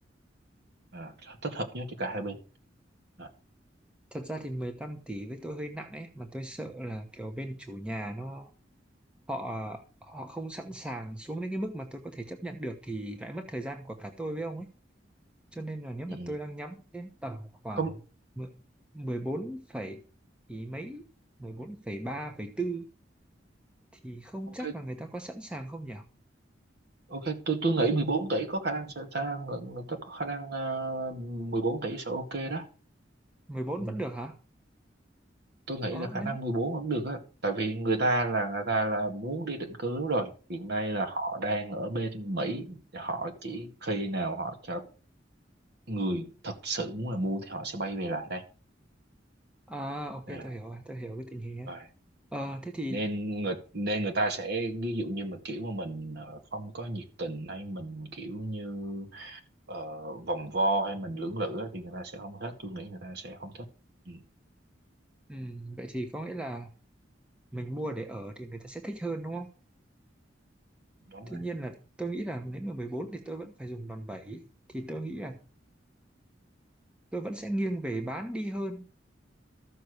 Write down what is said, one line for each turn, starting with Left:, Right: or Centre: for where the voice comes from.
Right: à, thích hợp nhất cho cả hai bên à,
Centre: thật ra thì 15 tỷ với tôi hơi nặng ấy, mà tôi sợ là kiểu bên chủ nhà nó họ họ không sẵn sàng xuống đến cái mức mà tôi có thể chấp nhận được thì lại mất thời gian của cả tôi với ông ấy. Cho nên là nếu mà
Right: ừ.
Centre: tôi đang nhắm đến tầm khoảng
Right: không
Centre: mười- 14 phẩy ý mấy, mười bốn phẩy phẩy ba phẩy tư. thì không
Right: ok
Centre: chắc là người ta có sẵn sàng không nhỉ?
Right: ok tôi tôi nghĩ 14 tỷ có khả năng sẽ khả người người ta có khả năng ờ, 14 tỷ sẽ ok đó
Centre: mười bốn
Right: ừ,
Centre: vẫn được hả?
Right: tôi nghĩ
Centre: Ờ,
Right: là khả
Centre: nếu...
Right: năng 14 vẫn được á tại vì người ta là người ta là muốn đi định cư rồi hiện nay là họ đang ở bên Mỹ họ chỉ khi nào họ cho người thật sự muốn là mua thì họ sẽ bay về lại đây
Centre: À, ok,
Right: à,
Centre: tôi hiểu rồi, tôi hiểu cái tình hình ấy.
Right: rồi
Centre: Ờ, thế thì,
Right: nên người nên người ta sẽ ví dụ như mà kiểu mà mình ờ, không có nhiệt tình hay mình kiểu như ờ, vòng vo hay mình lưỡng lự á, thì người ta sẽ không thích tôi nghĩ người ta sẽ không thích ừ,
Centre: ừm, vậy thì có nghĩa là mình mua để ở thì người ta sẽ thích hơn đúng không?
Right: đúng
Centre: Tuy
Right: rồi
Centre: nhiên là tôi nghĩ là nếu mà 14 thì tôi vẫn phải dùng đòn bẩy. Thì tôi nghĩ là tôi vẫn sẽ nghiêng về bán đi hơn.